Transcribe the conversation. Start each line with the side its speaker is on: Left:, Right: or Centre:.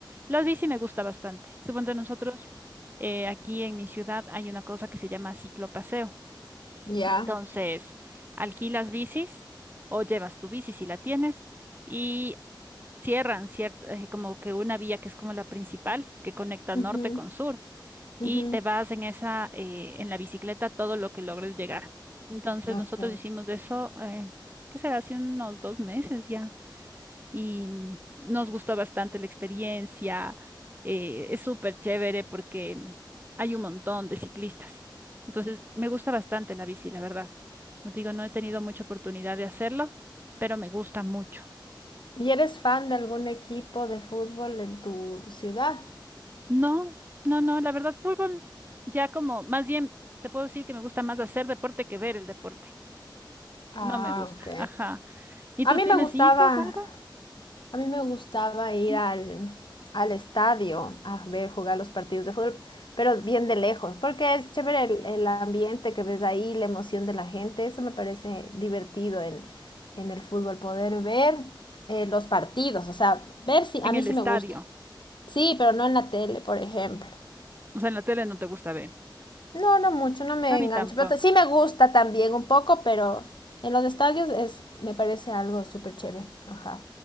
Right: Las bici me gusta bastante. Supongo nosotros, eh, aquí en mi ciudad hay una cosa que se llama ciclopaseo.
Left: Ya.
Right: Entonces, alquilas bicis o llevas tu bici si la tienes y cierran cierta, eh, como que una vía que es como la principal que conecta norte
Left: Ujú,
Right: con sur y
Left: ujú,
Right: te vas en esa, eh, en la bicicleta todo lo que logres llegar. Entonces,
Left: ok.
Right: nosotros hicimos eso, eh, ¿qué será? Hace unos dos meses ya y mm, nos gustó bastante la experiencia. eh, es súper chévere porque mm, hay un montón de ciclistas. Entonces, me gusta bastante la bici, la verdad. Como te digo, no he tenido mucha oportunidad de hacerlo, pero me gusta mucho.
Left: ¿Y eres fan de algún equipo de fútbol en tu ciudad?
Right: No, no, no, la verdad, fútbol ya como, más bien, te puedo decir que me gusta más hacer deporte que ver el deporte.
Left: Ah,
Right: No me gusta,
Left: ok.
Right: ajá. ¿Y
Left: A
Right: tú
Left: mí
Right: tienes
Left: me gustaba,
Right: hijos o algo?
Left: A mí me gustaba ir
Right: Sí.
Left: al, al estadio a ver jugar los partidos de fútbol, pero bien de lejos, porque es chévere el, el ambiente que ves ahí, la emoción de la gente, eso me parece divertido en, en el fútbol, poder ver eh, los partidos, o sea, ver si
Right: En
Left: a mí
Right: el
Left: sí
Right: estadio.
Left: me gusta. Sí, pero no en la tele, por ejemplo.
Right: O sea, en la tele no te gusta ver.
Left: No, no mucho, no me
Right: A mí
Left: engancho,
Right: tampoco.
Left: pero t- sí me gusta también un poco, pero en los estadios es, me parece algo súper chévere, ajá.